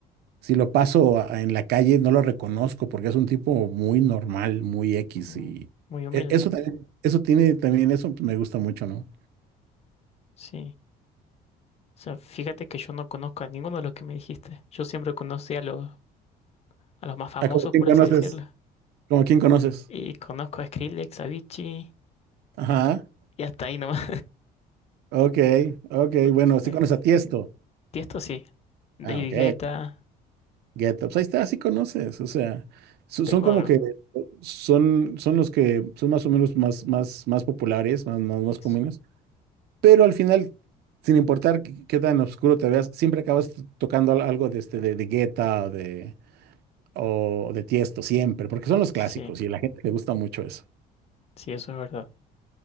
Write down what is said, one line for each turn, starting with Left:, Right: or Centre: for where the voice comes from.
Right: si lo paso a- en la calle no lo reconozco porque es un tipo muy normal, muy X
Left: Mm,
Right: y
Left: Muy humilde.
Right: e- eso también, eso tiene también, eso me gusta mucho, ¿no?
Left: Sí. O sea, fíjate que yo no conozco a ninguno de los que me dijiste. Yo siempre conocí a los, a los más famosos,
Right: Ah, como quién
Left: por
Right: conoces,
Left: así decirlo.
Right: como quién conoces.
Left: Y conozco a Skrillex, a Avicii
Right: Ajá,
Left: y hasta ahí nomás.
Right: ok, ok,
Left: <laughs> O
Right: bueno,
Left: sea,
Right: sí conoces a Tiesto.
Left: Tiesto sí. David
Right: Ah, ok,
Left: Guetta.
Right: Get Up. Ahí está, sí conoces, o sea, so-
Left: Tengo
Right: son como
Left: algo.
Right: que son, son los que son más o menos más, más, más populares, más, más,
Left: Eso.
Right: más comunes, pero al final, sin importar qué qué tan oscuro te veas, siempre acabas t- tocando al- algo de, este, de, de Guetta o de, o de Tiesto, siempre, porque son los clásicos
Left: Sí,
Right: y a la gente le gusta mucho eso.
Left: sí, eso es verdad.